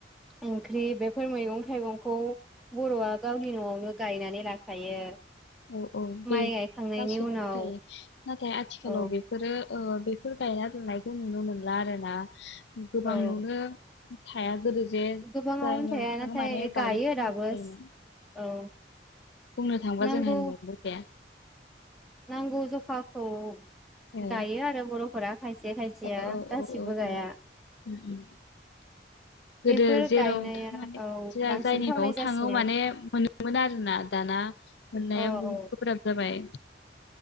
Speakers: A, in the centre; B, on the left (about 75°).
A: ओंख्रि बेफोर मैगं थाइगंखौ बर'आ गावनि न'आवनो गायनानै लाखायो।
B: औ औ
A: माइ
B: बे
A: गायखांनायनि
B: गासैनावबो
A: उनाव
B: थायो नाथाय आथिखालाव
A: औ
B: बेफोरो ओ बेफोर गायना दोन्नायखौ नुनो मोनला आरो ना। गोबां
A: औ
B: नुनो हाया गोदो जे
A: गोबाङावनो
B: जायनाव
A: थाया
B: थाङो
A: नाथाय
B: माने बारिफोराव
A: गायो आरो दाबो
B: थायोमोन
A: औ
B: बुंनो थांबा
A: नांगौ
B: जोंहानि न'आवनो गाइया।
A: नांगौ जखाखौ
B: ए
A: गायो आरो बर'फोरा खायसे खायसेया
B: औ औ
A: गासिबो
B: औ औ
A: गाया
B: औ उम उम गोदो
A: बेफोर
B: जेराव
A: गायनाया
B: थां माने
A: औ
B: जाहा
A: बांसिन
B: जायनि
A: थावनाय
B: न'आव
A: जासिनो
B: थाङो माने मोनोमोन आरोना दाना मोननाया
A: औ
B: बहुद
A: औ
B: गोब्राब जाबाय।